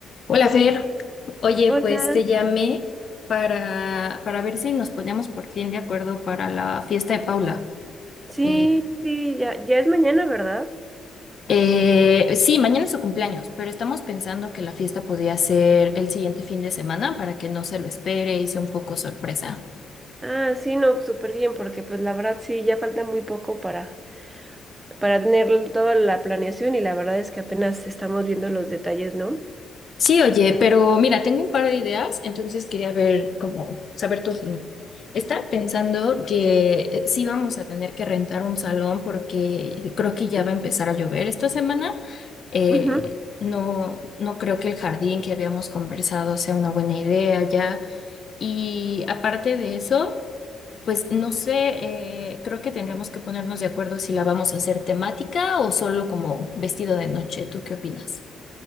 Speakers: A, on the left; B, on the right.
A: Hola, Fer. Oye,
B: Hola,
A: pues te llamé para, para ver si nos poníamos por fin de acuerdo para la fiesta de Paula.
B: sí,
A: Eh,
B: sí, ya, ya es mañana, ¿verdad?
A: eh, sí, mañana es su cumpleaños, pero estamos pensando que la fiesta podía ser el siguiente fin de semana para que no se lo espere y sea un poco sorpresa.
B: Ah, sí, no, súper bien, porque pues la verdad sí, ya falta muy poco para, para tener toda la planeación y la verdad es que apenas estamos viendo los detalles, ¿no?
A: Sí, oye, pero mira, tengo un par de ideas, entonces quería ver cómo, saber tu opinión. Estaba pensando que eh, sí vamos a tener que rentar un salón porque creo que ya va a empezar a llover esta semana. Eh,
B: Ujú.
A: no, no creo que el jardín que habíamos conversado sea una buena idea ya. Y aparte de eso, pues no sé, eh, creo que tendríamos que ponernos de acuerdo si la vamos a hacer temática o solo como vestido de noche. ¿Tú qué opinas?